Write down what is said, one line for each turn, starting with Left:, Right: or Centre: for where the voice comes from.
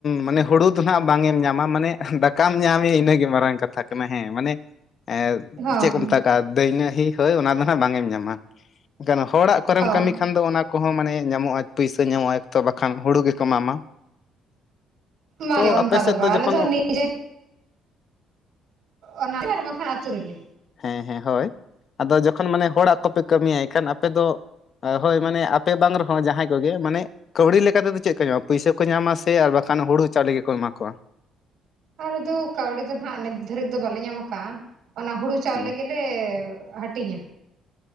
Left: ᱢᱟᱱᱮ ᱦᱩᱲᱩ ᱫᱚ ᱱᱟᱜ ᱵᱟᱝ ᱮᱢ ᱧᱟᱢᱟ ᱢᱟᱱᱮ ᱫᱟᱠᱟᱢ ᱧᱟᱢᱮ ᱤᱱᱟᱹᱜᱮ ᱢᱟᱨᱟᱝ ᱠᱟᱛᱷᱟ ᱠᱟᱱᱟ ᱦᱮᱸ ᱢᱟᱱᱮ ᱮ
Right: ᱦᱳᱭ
Left: ᱪᱮᱫ ᱠᱚ ᱢᱮᱛ ᱫᱟᱹᱭᱱᱟᱹᱦᱤ ᱦᱳᱭ ᱚᱱᱟ ᱫᱚ ᱱᱟᱜ ᱵᱟᱝ ᱮᱢ ᱧᱟᱢᱟ ᱮᱠᱷᱟᱱ ᱦᱚᱲᱟᱜ ᱠᱚᱨᱮᱢ
Right: ᱦᱳᱭ
Left: ᱠᱟᱹᱢᱤ ᱠᱷᱟᱱ ᱫᱚ ᱚᱱᱟ ᱠᱚᱦᱚᱸ ᱢᱟᱱᱮ ᱧᱟᱢᱚᱜᱼᱟ ᱯᱩᱭᱥᱟᱹ ᱧᱟᱢᱚᱜᱼᱟ ᱮᱠ ᱛᱚ ᱵᱟᱠᱷᱟᱱ ᱦᱩᱲᱩ ᱜᱮᱠᱚ ᱮᱢᱟᱢᱟ
Right: ᱵᱟᱝᱮ
Left: ᱛᱚ
Right: ᱚᱱᱠᱟ
Left: ᱟᱯᱮ ᱥᱮᱫ
Right: ᱫᱚ ᱵᱟ
Left: ᱡᱚᱠᱷᱚᱱ
Right: ᱟᱞᱮ ᱫᱚ ᱱᱤᱡᱮ ᱚᱱᱟ ᱛᱮ ᱟᱨ ᱵᱟᱠᱷᱟ ᱟᱹᱛᱩ ᱨᱮᱜᱮ
Left: ᱦᱮᱸ ᱦᱮᱸ ᱦᱳᱭ ᱟᱫᱚ ᱡᱚᱠᱷᱚᱱ ᱢᱟᱱᱮ ᱦᱚᱲᱟᱜ ᱠᱚᱯᱮ ᱠᱟᱹᱢᱤᱭᱟ ᱤᱠᱷᱟᱹᱱ ᱟᱯᱮ ᱫᱚ ᱦᱳᱭ ᱢᱟᱱᱮ ᱟᱯᱮ ᱵᱟᱝ ᱨᱮᱦᱚᱸ ᱡᱟᱦᱟᱸᱭ ᱠᱚᱜᱮ ᱢᱟᱱᱮ ᱠᱟᱹᱣᱲᱤ ᱞᱮᱠᱟ ᱛᱮᱫᱚ ᱪᱮᱜ ᱠᱚ ᱧᱟᱢᱟ ᱯᱩᱭᱥᱟᱹ ᱠᱚ ᱧᱟᱢᱟ ᱥᱮ ᱟᱨ ᱵᱟᱠᱷᱟᱱ ᱦᱩᱲᱩ ᱪᱟᱣᱞᱮ ᱜᱮ ᱠᱚ ᱮᱢᱟ ᱠᱚᱣᱟ
Right: ᱟᱞᱮ ᱫᱚ ᱠᱟᱹᱣᱰᱤ ᱫᱚ ᱱᱟᱦᱟᱜ ᱱᱤᱛ ᱫᱷᱟᱹᱨᱤᱡ ᱫᱚ ᱵᱟᱞᱮ ᱧᱟᱢ ᱠᱟᱜᱼᱟ ᱚᱱᱟ ᱦᱩᱲᱩ ᱪᱟᱣᱞᱮ
Left: ᱦᱮᱸ
Right: ᱜᱮᱞᱮ ᱞᱮ ᱦᱟᱹᱴᱤᱧᱟ